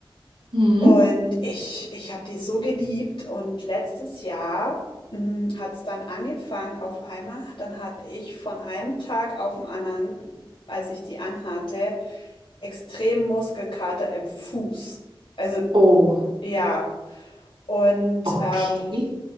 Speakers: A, on the right; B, on the left.
A: hm.
B: Und ich, ich habe die so geliebt. Und letztes Jahr hat es dann angefangen auf einmal. Dann hatte ich von einem Tag auf den anderen, als ich die anhatte, extrem Muskelkater im Fuß. Also
A: Oh.
B: ja, und
A: Okay.
B: ähm,